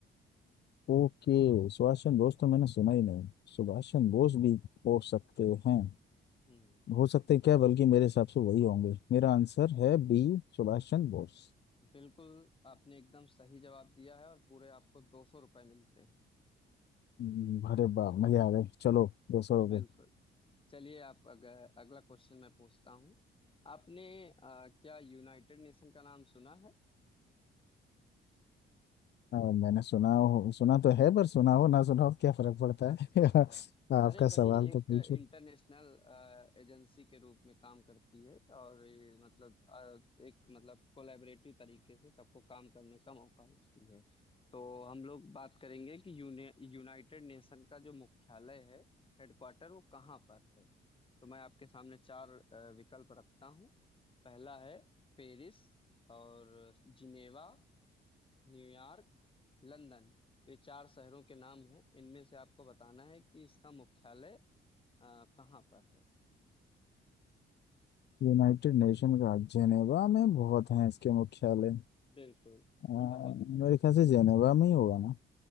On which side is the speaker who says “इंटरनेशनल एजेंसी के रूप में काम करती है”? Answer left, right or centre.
Left